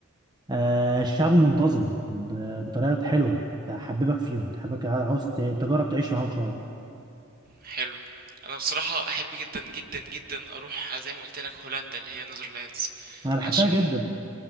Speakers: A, on the right; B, on the right.
A: آه الشعب منتظم ب- بطريقة حلوة تحببك فيهم تحبك عاوز ت- تجرب تعيش معاهم شوية
B: حلو انا بصراحة احب جدا جدا جدا اروح زي ما قلت لك هولندا اللي هي نيذرلاندز
A: أنا بحبها
B: عشان
A: جدا